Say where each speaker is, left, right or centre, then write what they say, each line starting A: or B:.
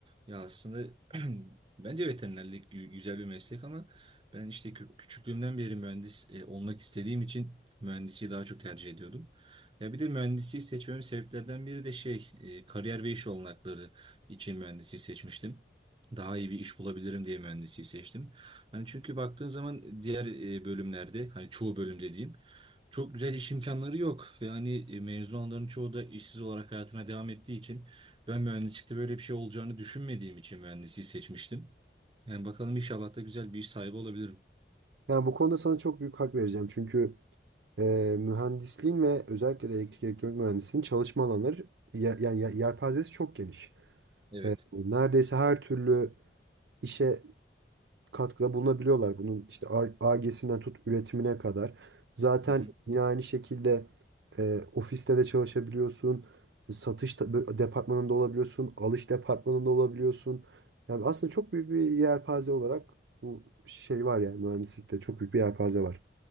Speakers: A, on the right; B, on the right.
A: Ya aslında <clears throat> bence veterinerlik gü- güzel bir meslek ama ben işte kü- küçüklüğümden beri mühendis e, olmak istediğim için mühendisliği daha çok tercih ediyordum. Ya bir de mühendisliği seçmemin sebeplerden biri de şey e, kariyer ve iş olanakları için mühendisliği seçmiştim. Daha iyi bir iş bulabilirim diye mühendisliği seçtim. Hani çünkü baktığın zaman diğer e, bölümlerde hani çoğu bölüm dediğim çok güzel iş imkanları yok ve hani e, mezun çoğu da işsiz olarak hayatına devam ettiği için ben mühendislikte böyle bir şey olacağını düşünmediğim için mühendisliği seçmiştim. Yani bakalım inşallah da güzel bir iş sahibi olabilirim.
B: Yani bu konuda sana çok büyük hak vereceğim. Çünkü e, mühendisliğin ve özellikle de elektrik elektronik mühendisliğin çalışma alanları ya- yani ya- yelpazesi çok geniş.
A: Evet.
B: E, neredeyse her türlü işe katkıda bulunabiliyorlar. Bunun işte Ar-Ge'sinden tut üretimine kadar. Zaten
A: Hı hı.
B: yine aynı şekilde e, ofiste de çalışabiliyorsun. Satış da- bö- departmanında olabiliyorsun. Alış departmanında olabiliyorsun. Yani aslında çok büyük bir yelpaze olarak bu şey var yani mühendislikte çok büyük bir yelpaze var.